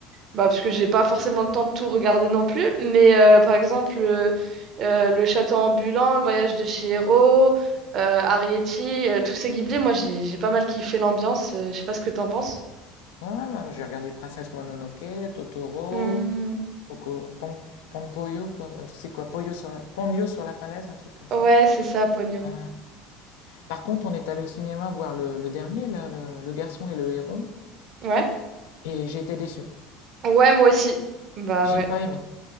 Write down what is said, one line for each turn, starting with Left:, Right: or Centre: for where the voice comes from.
Right: Bah, parce que j'ai pas forcément le temps de tout regarder non plus, mais euh, par exemple, euh, euh, Le Château ambulant, Le Voyage de Chihiro, euh, Arrietty, euh, tous ces Ghibli, moi j'ai j'ai pas mal kiffé l'ambiance. euh, je sais pas ce que t'en penses.
Left: Ouais, ouais, ouais, j'ai regardé Princesse Mononoke, Totoro,
Right: Hmm,
Left: Poco, Pon, Ponpoyo, Po- c'est quoi, Poyo sur la, Ponyo sur la falaise, un truc comme ça.
Right: ouais, c'est ça, Ponyo.
Left: Euh, par contre, on est allé au cinéma voir le, le dernier, là, le, le garçon et le héron,
Right: Ouais.
Left: et j'ai été déçu.
Right: Ouais, moi aussi. Bah
Left: J'ai
Right: ouais.
Left: pas aimé.